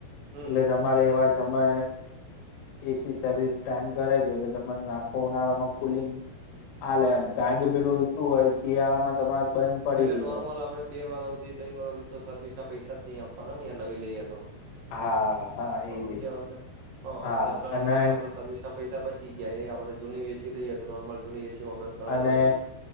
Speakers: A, on the right; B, on the left.
A: હમ
B: એટલે
A: હમ
B: તમારે એવા સમય એસી સર્વિસ ટાઈમ કરાવ દયો એટલે તમન આખા ઉનાળામાં કુલિંગ આલે એમ કારણકે બીજું શું હોય
A: હમ
B: શિયાળામાં તમારે બંધ પડેલી
A: એટલે નોર્મલ
B: હોય
A: આપડે બે વરહ હુધી તઈણ વરહ હુધી તો સર્વિસ ના પૈસા જ નઈ આપવાના ને યાર નવી લઈએ તો.
B: હા હા એજ
A: હમજ્યા
B: એજ
A: વાતને હ
B: હા
A: એ ત્રણ
B: અને
A: વર્ષ આપડે સર્વિસના પૈસા બચી ગયા એ આપણે જૂની એસી લઈએ તો નોર્મલ જૂની એસીમાં આપડે ત્રણ
B: અને
A: વર્ષ